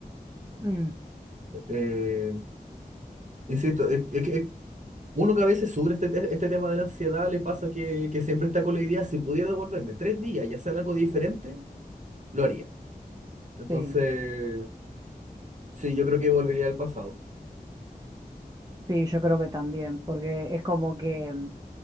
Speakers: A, on the right; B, on the right.
A: Mm,
B: Eh, insisto, es, es que Uno que a veces sufre este, te- este tema de la ansiedad, le pasa que, que siempre está con la idea, si pudiera devolverme tres días y hacer algo diferente, lo haría. Entonces,
A: sí,
B: sí, yo creo que volvería al pasado.
A: sí, yo creo que también, porque es como que mm,